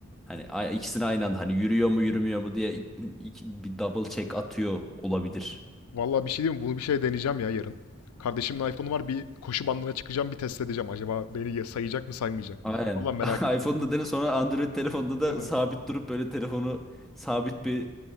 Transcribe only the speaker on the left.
Vallahi bir şey diyeyim mi? Bunu bir şey deneyeceğim ya yarın. Kardeşimin iPhone'u var. Bir koşu bandına çıkacağım. Bir test edeceğim. Acaba beni sayacak mı saymayacak
mı? Vallahi merak
ettim.
Değil mi?